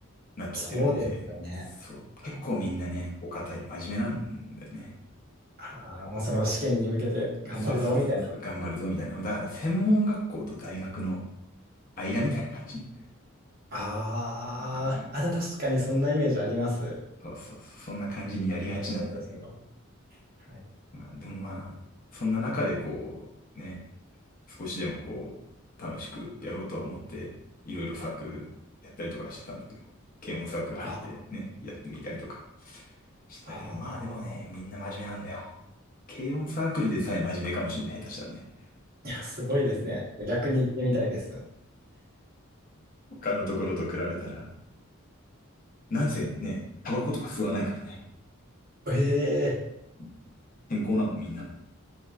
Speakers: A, on the left; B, on the right.
A: なっちゃってるんで、
B: そうですよね。
A: そう。
B: はい、
A: 結構みんなね、お堅い、真面目なんだよね。
B: ああ、もうその試験に向けて頑張るぞ、
A: そうそうそうそう、
B: みたいな。
A: 頑張るぞみたいな。だから専門学校と大学の間みたいな感じ
B: ああ、
A: うん。
B: あ、でも確かにそんなイメージあります。
A: そうそう、そんな感じになりがちなんだよね。
B: 医療系の友達とかも。はい。
A: まあ、でもまあ、そんな中でこう、ね、少しでもこう、楽しくやろうとは思って、いろいろサークルやったりとかしてたんだけど、軽音サークル入ってね、
B: あ
A: やってみたりとかしてたけど、
B: あ、ああ、
A: まあでもね、みんな真面目なんだよ。軽音サークルでさえ真面目かもしれない、下手したらね。
B: いや、すごいですね。逆に行ってみたいです。
A: 他のところと比べたら。なんせね、タバコとか吸わないからね。
B: ええ
A: うん健康なの、みんな。